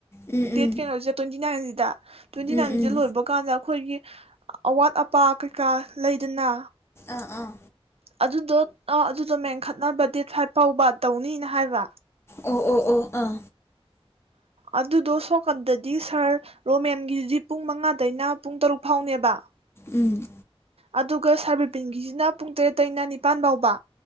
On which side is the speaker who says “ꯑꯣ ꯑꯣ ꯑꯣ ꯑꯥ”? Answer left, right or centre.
Left